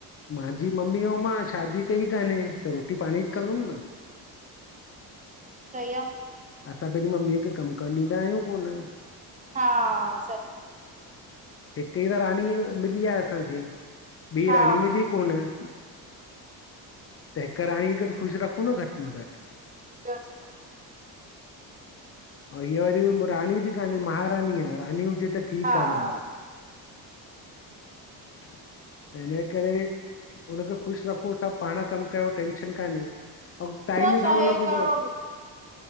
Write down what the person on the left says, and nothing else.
मांजी मम्मी अऊं मां शादी कई काने त रोटी पांण
ई कंदुम न
असां पंहिंजी मम्मीअ खे कम करण ॾींदा आहियूं कोन
हिक ई त राणी मिली आ असांखे ॿी
राणी मिली कोन त हिक राणी खे ख़ुश रखूं न घट मे घट
अउ हीअ वरी म राणी बि कान्हे महारानी आ रानी हुजे त ठीक
आ माण्हूं
त हिन ॼे करे उनखे ख़ुशि रखो सभु पाण कमु कयो टेंशन कान्हे। अऊं टाइम
ॿि
घणों
लॻंदो।